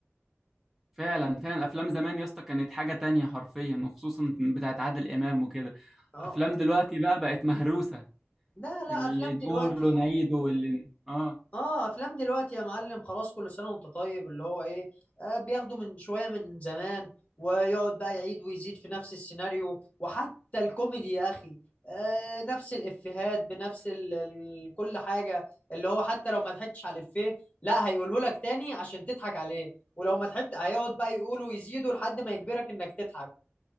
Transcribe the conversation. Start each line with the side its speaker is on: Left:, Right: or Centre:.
Centre: فعلا فعلا افلام زمان يا اسطى كانت حاجه تانية حرفيا وخصوصا بتاعت عادل امام وكده
Left: اه
Centre: افلام دلوقتي بقى بقت مهروسه
Left: لا لا
Centre: اللي
Left: افلام
Centre: نقوله
Left: دلوقتي
Centre: نعيده واللي اه
Left: اه افلام دلوقتي يا معلم خلاص كل سنه وانت طيب اللي هو ايه آه بياخدوا من شويه من زمان ويقعد بقى يعيد ويزيد في نفس السيناريو وحتى الكوميدي يا اخي آه نفس الافيهات بنفس ال ال كل حاجه اللي هو حتى لو ما ضحكتش على الافيه لا هيقوله لك تاني عشان تضحك عليه ولو ما ضحكت هيقعد بقى يقوله ويزيده لحد ما يجبرك انك تضحك